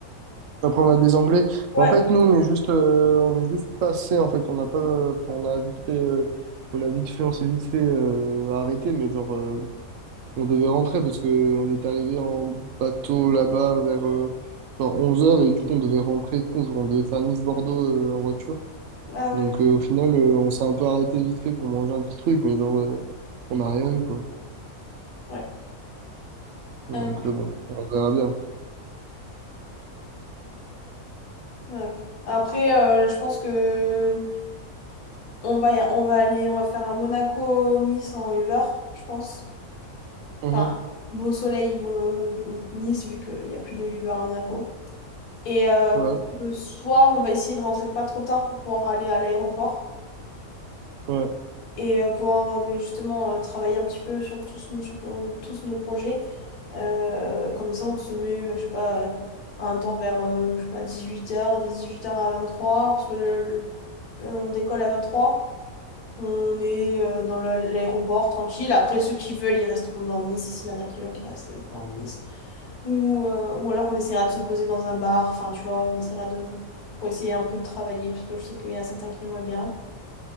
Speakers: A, on the right; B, on the left.
A: Après, on a des Anglais.
B: Ouais,
A: Mais en fait, nous, on est juste, euh, on est juste passé. En fait, on n'a pas, euh, on a vite fait, euh, on a vite fait, on s'est vite fait euh, arrêter. Mais genre, euh, on devait rentrer parce que on est arrivé en bateau là-bas vers euh, genre 11 heures et du coup, on devait rentrer. et Tout, genre, on devait faire Nice-Bordeaux euh, en voiture.
B: ah ouais,
A: Donc, euh, au final, euh, on s'est un peu arrêté vite fait pour manger un petit truc, mais genre, euh, on n'a rien vu quoi.
B: ouais.
A: Donc,
B: Ah non,
A: euh, bon, on verra bien.
B: ouais. Après, euh, je pense que on va, y- on va aller, on va faire un Monaco-Nice en Uber, je pense.
A: Mhm.
B: Enfin, beau soleil, Mo- Nice, vu qu'il n'y a plus de Uber à Monaco. Et euh,
A: Ouais,
B: le soir, on va essayer de rentrer pas trop tard pour pouvoir aller à l'aéroport
A: ouais,
B: et euh, pouvoir euh, ben, justement euh, travailler un petit peu sur tous, nos- sur ton- tous nos projets. Euh, comme ça, on se met, ben, je sais pas, à un temps vers euh, je sais pas, 18h, de 18h à 23h, parce que le- le- on décolle à 23h. On est euh, dans le- l'aéroport tranquille. Après, ceux qui veulent, ils resteront dans Nice. S'il y en a qui veulent, qui restent dans Nice. Ou, euh, ou alors on essaiera de se poser dans un bar, enfin tu vois, on essaiera de... pour essayer un peu de travailler, parce que je sais qu'il y en a certains qui aimeraient bien.